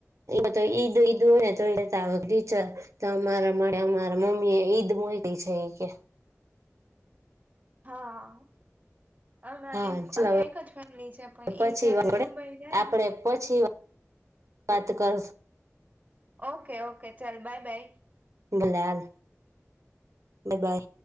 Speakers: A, on the right; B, on the right.
A: એ બ તો ઈદ ઈદું હોય ને તો એ વીચર તો અમારા માટે અમારા મમ્મી એ ઈદ મોકીલી છે કે
B: હમ્મ અમાં
A: હા
B: એક
A: ચાલ
B: અહિયાં એક જ ફેમિલી છે પણ
A: હવે પછી
B: એ જયારે
A: આપડે
B: દુબઈ જાય
A: આપડે
B: ને
A: પછી વાત કરશુ
B: ઓકે ઓકે ચાલ બાય બાય
A: બુલાાલ બાય બાય